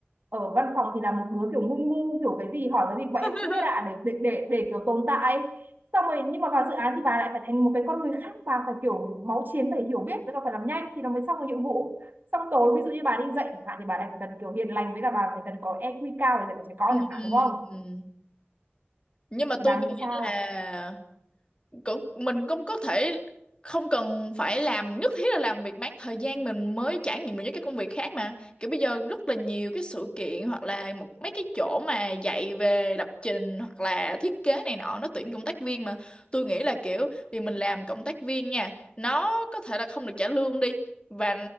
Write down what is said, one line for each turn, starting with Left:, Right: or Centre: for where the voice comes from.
Right: Ở văn phòng thì là một đứa kiểu ngu ngu kiểu cái gì hỏi cái gì mà
Left: <laughs>
Right: em không biết ạ để, để để để kiểu tồn tại ấy. Xong rồi nhưng mà vào dự án thì bà lại phải thành một cái con người khác bà phải kiểu máu chiến phải hiểu biết với cả phải làm nhanh thì nó mới xong được nhiệm vụ xong tối ví dụ như bà đi dạy chẳng hạn thì bà lại phải cần kiểu hiền lành với cả bà phải cần có EQ cao để dạy con trẻ con
Left: Ừm,
Right: chẳng hạn đúng không
Left: Nhưng mà tôi
Right: thì bà
Left: nghĩ
Right: nghĩ sao
Left: là cũng mình cũng có thể không cần phải làm nhất thiết là làm việc bán thời gian mình mới trải nghiệm được những cái công việc khác mà kiểu bây giờ rất là nhiều cái sự kiện hoặc là một mấy cái chỗ mà dạy về lập trình hoặc là thiết kế này nọ nó tuyển cộng tác viên mà tôi nghĩ là kiểu vì mình làm cộng tác viên nha nó có thể là không được trả lương đi và